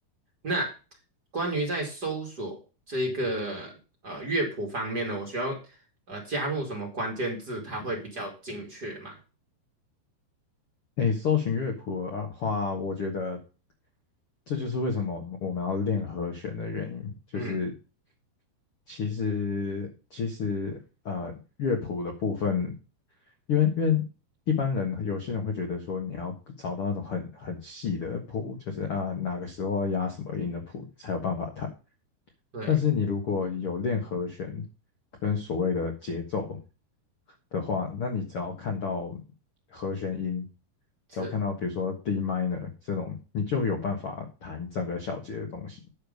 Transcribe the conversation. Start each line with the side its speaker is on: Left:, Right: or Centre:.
Right: 那关于在搜索这一个呃乐谱方面呢，我需要呃加入什么关键字，它会比较精确嘛？
Left: 诶，搜寻乐谱的话，我觉得这就是为什么我们要练和弦的原因，就是
Right: 嗯，
Left: 其实其实呃乐谱的部分，因为因为一般人有些人会觉得说你要找到那种很很细的谱，就是啊哪个时候要压什么音的谱才有办法弹。
Right: 对，
Left: 但是你如果有练和弦跟所谓的节奏的话，那你只要看到和弦音，
Right: 是
Left: 只要看到比如说 D minor 这种，你就有办法弹整个小节的东西。